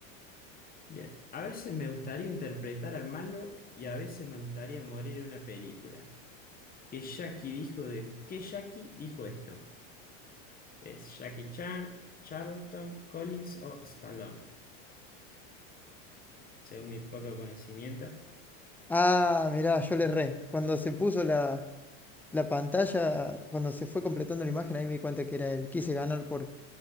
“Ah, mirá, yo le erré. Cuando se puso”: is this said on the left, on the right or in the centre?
Centre